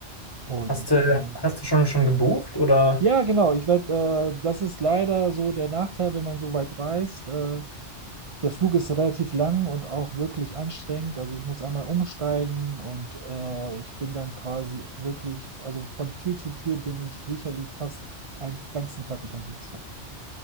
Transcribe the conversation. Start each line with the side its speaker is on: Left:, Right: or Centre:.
Right: Und
Left: Hast du,
Right: äh,
Left: hast du schon, schon gebucht oder?
Right: ja, genau, ich werde, äh, das ist leider so der Nachteil, wenn man so weit reist. Äh, Der Flug ist relativ lang und auch wirklich anstrengend. Also ich muss einmal umsteigen und äh, ich bin dann quasi wirklich, also von Tür zu Tür bin ich sicherlich fast einen ganzen Tag unterwegs. halt.